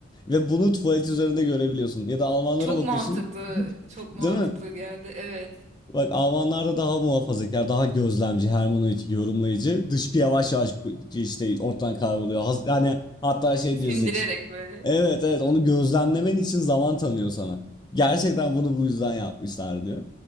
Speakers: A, on the left (about 20°); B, on the right (about 35°).
A: Ve bunu tuvalet üzerinde görebiliyorsun. Ya da Almanlara
B: Çok
A: bakıyorsun.
B: mantıklı,
A: <laughs>
B: çok mantıklı
A: Değil mi?
B: geldi. Evet.
A: Bak Almanlarda daha muhafazakar, daha gözlemci, hermeneutik, yorumlayıcı. Dışkı yavaş yavaş işte ortadan kayboluyor. Has- Yani hatta şey
B: Sindirerek
A: diyoruz Zix.
B: böyle.
A: Evet evet onu gözlemlemen için zaman tanıyor sana. Gerçekten bunu bu yüzden yapmışlar diyor.